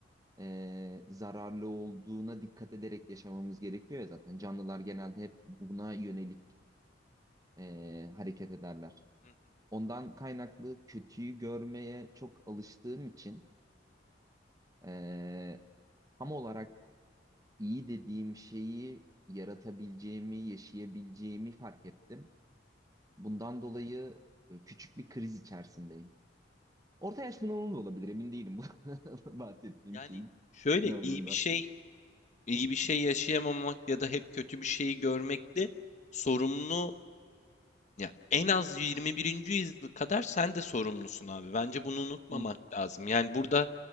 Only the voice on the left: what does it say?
Hı hı.
Yani
Şöyle
iyi bir şey, iyi bir şey yaşayamamak ya da hep kötü bir şeyi görmekte sorumlu ya en az 21. yüzyıl kadar sen de sorumlusun abi. Bence bunu unutmamak
lazım. Yani burada